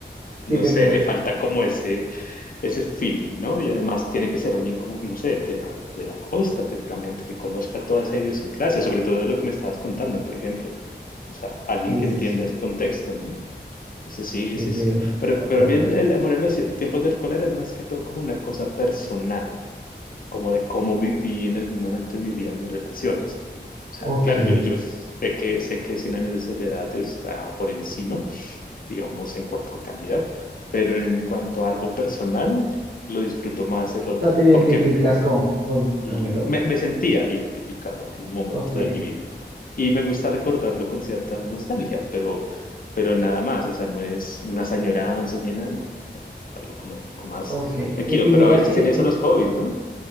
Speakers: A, on the right; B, on the left.
A: Sí
B: no
A: recuerdo.
B: sé, le falta como ese, ese feeling, ¿no? Y además tiene que ser alguien como, no sé, de la, de la costa seguramente, que conozca toda esa idiosincrasia, sobre todo de lo que me estabas contando, por ejemplo. O sea, alguien
A: Sí,
B: que
A: sí,
B: entienda
A: sí.
B: ese contexto, ¿no? Entonces, sí,
A: Sí,
B: sí, sí.
A: sí, re-
B: Pero,
A: sí, me acuerdo
B: pero a mí el,
A: de
B: el
A: eso.
B: amor en los tiempos del cólera es más que todo como una cosa personal, como de cómo viví en algún momento de mi vida mis relaciones. O sea,
A: Ok.
B: claro, yo, yo sé que, sé que cien años de soledad está por encima digamos, en cuanto a calidad, pero en cuanto a algo personal, lo disfruto más el otro,
A: No te identificas
B: porque
A: con, con,
B: y
A: con el otro.
B: me, me sentía identificado en un momento
A: Ok,
B: de mi vida. Y me gusta recordarlo con cierta nostalgia, pero, pero nada más, o sea, no es unas añoranzas ni nada, no, no, algo como un poco más
A: ok.
B: tranquilo,
A: Mi- Y
B: pero
A: mira
B: a veces
A: que...
B: tiene
A: no-
B: eso los hobbies, ¿no?